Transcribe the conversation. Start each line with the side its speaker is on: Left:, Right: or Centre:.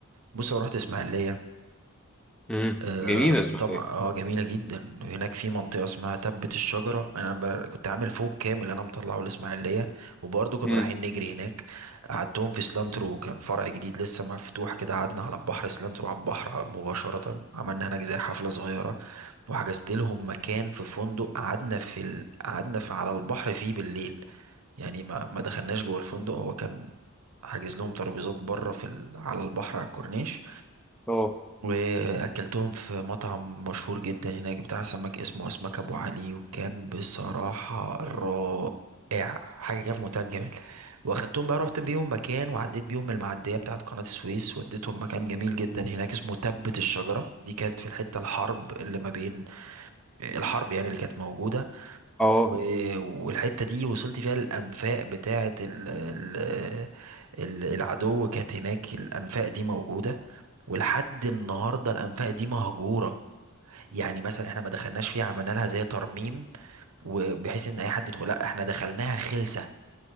Right: بص انا رحت اسماعيلية
Centre: امم
Right: آه
Centre: جميلة اسماعيلية
Right: طبعا اه جميلة جدا هناك في منطقة اسمها تبة الشجرة انا ب- كنت عامل فوق كامل انا مطلعه الاسماعيلية وبرضه كنا
Centre: امم
Right: رايحين نجري هناك قعدتهم في سلانترو كان فرع جديد لسه مفتوح كده قعدنا على البحر سلانترو على البحر مباشرة عملنا هناك زي حفلة صغيرة وحجزت لهم مكان في فندق قعدنا في ال... قعدنا في على البحر فيه بالليل يعني ما ما دخلناش جوه الفندق هو كان حاجز لهم ترابيزات بره في ال... على البحر على الكورنيش
Centre: اه
Right: واكلتهم في مطعم مشهور جدا هناك بتاع سمك اسمه اسمك ابو علي وكان بصراحة رائع حاجة كده في منتهى الجمال واخدتهم بقى رحت بيهم مكان وعديت بيهم المعدية بتاعت قناة السويس وديتهم مكان جميل جدا هناك اسمه تبت الشجرة دي كانت في الحتة الحرب اللي ما بين الحرب يعني اللي كانت موجودة
Centre: اه
Right: و- والحتة دي وصلت فيها الأنفاق بتاعت ال... ال... ال- العدو كانت هناك الأنفاق دي موجودة ولحد النهارده الانفاق دي مهجوره يعني مثلا احنا ما دخلناش فيها عملنا لها زي ترميم وبحيث ان اي حد يدخل لا احنا دخلناها خلسه